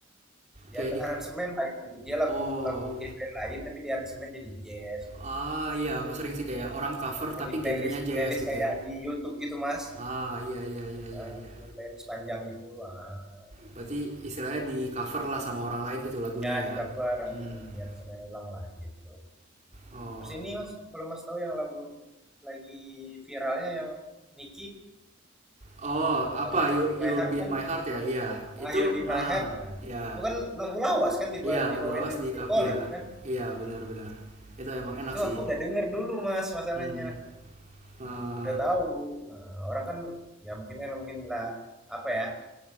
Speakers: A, in the centre; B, on the right.
A: Di
B: kayak di
A: aransemen lah gitu. Dia lagu
B: oh
A: lagu genre lain tapi di aransemen jadi jazz. gitu.
B: ah iya aku sering sih kayak orang cover
A: yang
B: tapi
A: di playlist
B: genrenya
A: di
B: jazz
A: playlist
B: gitu
A: kayak
B: ya.
A: di YouTube gitu mas
B: ah iya iya iya iya
A: Eh,
B: iya
A: di playlist panjang itu eh,
B: berarti istilahnya di cover lah sama orang lain gitu lagunya
A: ya
B: ya
A: di cover
B: hmm.
A: eh, di aransemen ulang lah gitu
B: oh
A: terus ini mas kalau mas tahu yang lagu lagi viralnya yang Nicki
B: oh apa
A: eh, Let's
B: you
A: Be My
B: you'll
A: Heart
B: be
A: kan
B: in my heart ya iya itu
A: ah You'll Be
B: ah
A: My Heart Nah,
B: iya
A: itu kan lagu lawas kan diba-
B: iya
A: dibawain
B: lagu lawas
A: dari
B: di
A: Phil
B: co-
A: Collins
B: iya
A: kan
B: iya benar-benar itu emang enak
A: itu
B: sih
A: aku udah denger dulu mas masalahnya
B: hmm. Ah,
A: udah tahu Eh, orang kan ya mungkin kan mungkin lah apa ya